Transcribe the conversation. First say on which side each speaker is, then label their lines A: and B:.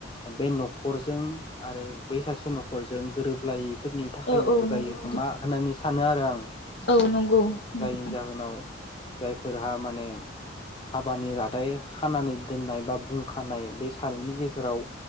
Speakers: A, on the left; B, on the left.
A: बे न'खरजों आरो बै सासे न'खरजों गोरोबलाय फोरनि थाखायनो
B: औ औ
A: जायो
B: नंगौ नोंथां
A: खोमा होननानै सानो आरो आं।
B: औ नंगौ नोंथां
A: जायनि जाहोनाव जायफोरहा माने हाबानि रादाय खानानै दोननाय बा बुंखानाय बे सानैनि गेजेराव